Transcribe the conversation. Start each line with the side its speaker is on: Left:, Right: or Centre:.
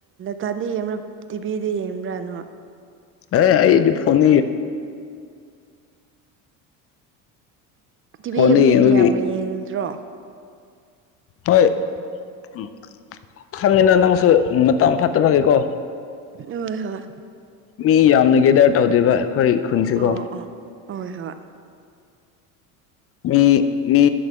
Right: ꯇꯥꯥꯟꯗ ꯌꯦꯡꯕꯥ ꯇꯤꯚꯤꯗ ꯌꯦꯡꯕ꯭ꯔꯥꯅꯣ
Left: ꯑꯦ ꯑꯩꯗꯤ ꯐꯣꯟ
Right: ꯇꯤꯚꯤꯒ
Left: ꯐꯣꯟꯗ
Right: ꯃꯤ
Left: ꯌꯦꯡꯕꯒꯤ
Right: ꯃꯌꯥꯝꯒ ꯌꯦꯡꯗ꯭ꯔꯣ
Left: ꯍꯣꯏ ꯎ ꯈꯪꯉꯤꯅꯪ ꯅꯪꯁꯨ ꯃꯇꯝꯥꯡ ꯐꯠꯇꯅꯕꯒꯦꯀꯣ
Right: ꯍ ꯍꯣꯏ
Left: ꯃꯤ ꯌꯥꯝꯅ ꯒꯦꯗꯔ ꯇꯧꯗꯣꯏꯕ ꯑꯩꯈꯣꯏ ꯈꯨꯟꯁꯤ
Right: ꯑꯣ
Left: ꯀꯣ
Right: ꯑꯣ ꯍꯣꯏ ꯍꯣꯏ
Left: ꯃꯤ ꯃꯤ